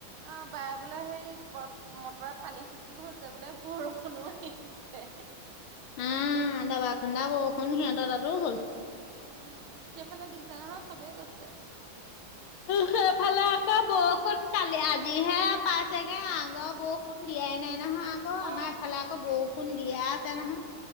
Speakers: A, on the right; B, on the left.
A: অ বাই বোলে হেৰি মটৰে পানী সি- সিছিও হৈছে বোলে বৰষুণো আহিছে।
B: উম দাবা খন্দা বৰষুণ সিহঁতৰ তাতো হ'ল।
A: উম, সেইফালে দিছে নহয় চবেই কৈছে।
B: সেই ফালে আকৌ, বৰষুণ কালি আজিহে পাইছেগে আগৰ বৰষুণ দিয়াই নাই নহয় আ, আকৌ
A: অ
B: আমাৰ এইফালে আকৌ বৰষুণ দিয়ে আছে নহয়।